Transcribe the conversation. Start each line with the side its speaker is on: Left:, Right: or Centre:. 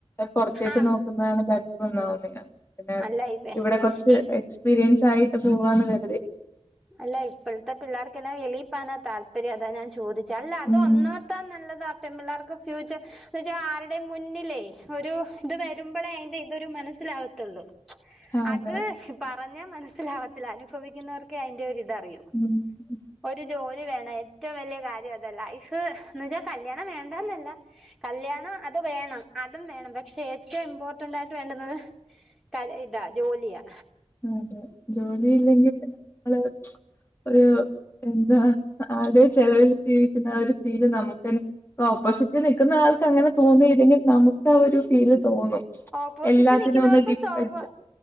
Left: പൊറത്തേക്ക്
Centre: ആഹ്
Left: നോക്കുന്നതാണ് <unintelligible> പിന്നെ
Centre: അല്ല ഇവേ
Left: ഇവിടെ കൊറച്ച്
Centre: ഈ
Left: എക്സ്പീരിയൻസ് ആയി പോവാണ് കരുതി
Centre: അല്ല ഇപ്പെഴ്ത്തെ പിള്ളേർക്ക് എന്നാ വിളിപ്പാനാ താല്പര്യം അതാ ഞാൻ ചോദിച റ്റല്ല അത്
Left: ഉം
Centre: ഒന്നോർത്താൻ നല്ലതാ പെൺ പിള്ളേർക്ക് ഫ്യൂച്ചർ എന്ന് വച്ചാ ആരുടെ മുന്നിലേ ഒരു ഇത് വരുമ്പളെ അയ്ന്റെ ഇത് ഇതൊരു മനസ്സിലാവത്തുള്ളൂ
Left: ആഹ് അതെ
Centre: അത് ഇപ്പ <unintelligible> ഞാൻ മനസ്സിലാവത്തില്ല അനുഭവിക്കുന്നവർക് ക്കെ അയ്ന്റെ ഒര് ഇത യൊ
Left: ഉം
Centre: ഒരു ജോലി വേണം ഏറ്റം വല്യകാര്യഅതല്ല ഇഷു <unintelligible> ഇന്ന് വെച്ചാൽ കല്യാണം വേണ്ടന്നല്ല കല്യാണം അത് വേണം അതും വേണം വെക്ഷെ ഏറ്റവും ഇമ്പോർട്ടന്റ് ആയിട്ട് വേണ്ടുന്നത് കല്ല്യ ഇതാ ജോല്യാ
Left: ഉം ഹ് ജോലിയില്ലെങ്കിൽ നമ--ള് ഒരു എന്താ ആതേ ചെലവിൽ ജീവിക്കുന്ന ഒരു ഫീല് നമുക്ക് ഓപ്പോസിറ്റിൽ നിൽക്കുന്ന ആൾക്ക് അങ്ങനെ തോന്നിയില്ലെങ്കിൽ നമുക്ക് ആ ഒരു ഫീല് തോന്നും.
Centre: ഓപ്പോസിറ്റ്
Left: എല്ലാത്തിനും
Centre: നിക്ക്യുന്നവർക്ക്
Left: ഒന്ന് ഡിപ്പെൻഡ്
Centre: സോഭ